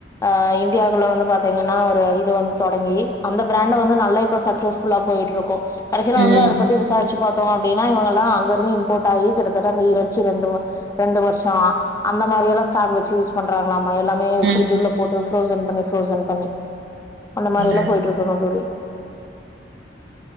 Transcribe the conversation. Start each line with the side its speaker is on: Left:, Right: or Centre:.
Left: அ இந்தியாக்குள்ள வந்து பாத்தீங்கன்னா ஒரு இது வந்து தொடங்கி அந்த பிராண்ட வந்து நல்லா இப்ப சக்சஸ்ஃபுல்லா போயிட்டு இருக்கோ கடசில வந்து
Right: ம்
Left: அத பத்தி விசாரிச்சு பார்த்தோ அப்டி அதா இவங்கலா அங்கருந்து இம்போர்ட் ஆயி கிட்டதட்ட அந்த இறச்சி ரெண்டு வ ரெண்டு வருஷோ ஆ அந்த மாதிரிலா ஸ்டாக் வெச்சு யூஸ் பண்றாங்ளா ம்ம எல்லாமே
Right: ம்
Left: ஃப்ரிட்ஜ் உள்ள போட்டு ஃப்ரோசன் பண்ணி ஃப்ரோசன் பண்ணி அந்த மாரி
Right: ம்
Left: எல்லா போயிட்டுருக்குங்க தோழி